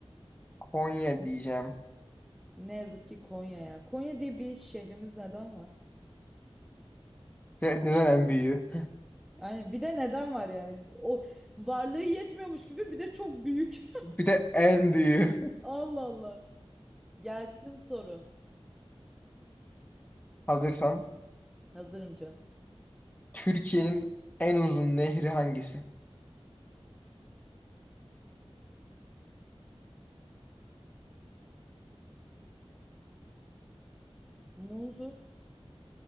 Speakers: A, on the left; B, in the centre.
A: Konya diyeceğim.
B: Ne yazık ki Konya ya. Konya diye bir şehrimiz neden var?
A: Ve neden en büyüğü?
B: Yani bir de neden var yani? O varlığı yetmiyormuş gibi bir de çok büyük.
A: <laughs> Bir de en büyüğü.
B: <laughs> Allah Allah. Gelsin soru.
A: <laughs> Hazırsan.
B: Hazırım canım.
A: Türkiye'nin en uzun nehri hangisi?
B: Munzur.